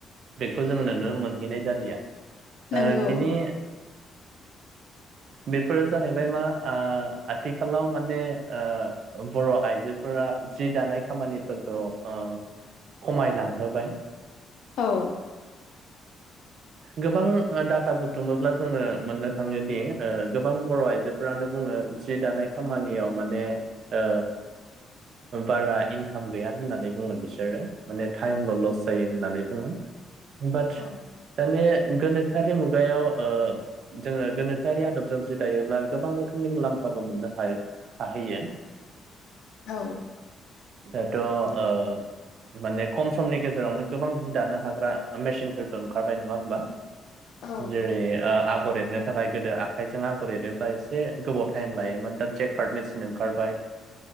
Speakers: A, on the right; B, on the left.
A: बेखौ जों नुनो मोनहैनाय जालिया
B: नंगौ
A: ओ बिनि बेफोरो जाहैबाय मा ओ आथिखालाव माने ओ बर आइजोफोरा जि दानाय खामानिफोरखौ ओ खमायलांहोबाय
B: औ
A: गोबां ओ डाटा बुटुमोब्ला जोङो मोननो थाङोदि ओ गोबां बर आइजोफोरानो बुङो जि दानाय खामानियाव माने ओ बारा इनकाम गैया होननानै बुङो बिसोरो माने थाइमल लस जायो होननानै बुङो। बात
B: औ
A: दानि गोनोखोआरि मुगायाव ओ जोङो गोनो खोआरि आदबजों जि दायोब्ला गोबां रोखोमनि मुलाम्फाबो मोननो हाय हाहैयो।
B: औ
A: दात ओ माने खम समनि गेजेरावनो गोबां जि दानो हाग्रा मेसिनफोरबो ओंखारबाय नङा होमबा
B: औ
A: जेरै ओ आगर एर एनो थाखाय गोदो आखाइजों आगर एरोबा एसे गोबाव टाइम लायोमोन दा जेकार्ड मेचन ओंखारबाय